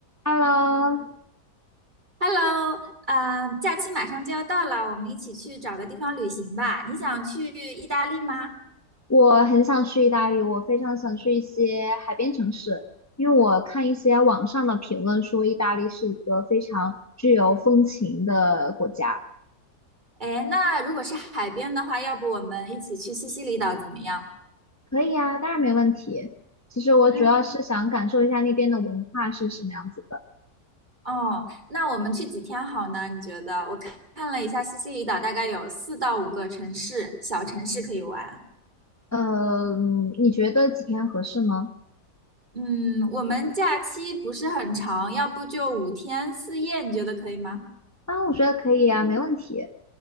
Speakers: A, on the left (about 15°); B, on the right (about 25°).
A: Hello，
B: Hello，啊、假期马上就要到了，我们一起去找个地方旅行吧。你想去意大利吗？
A: 我很想去意大利，我非常想去一些海边城市，因为我看一些网上的评论说意大利是一个非常具有风情的国家。
B: 哎，那如果是海边的话，要不我们一起去西西里岛怎么样？
A: 可以啊，当然没问题。其实我主要是想感受一下那边的文化是什么样子的。
B: 嗯，哦，那我们去几天好呢？你觉得？我看看了一下，西西里岛大概有四到五个城市，小城市可以玩。
A: 呃，嗯你觉得几天合适吗？
B: 嗯，我们假期不是很长，要不就五天四夜，你觉得可以吗？
A: 啊，我觉得可以啊，没问题。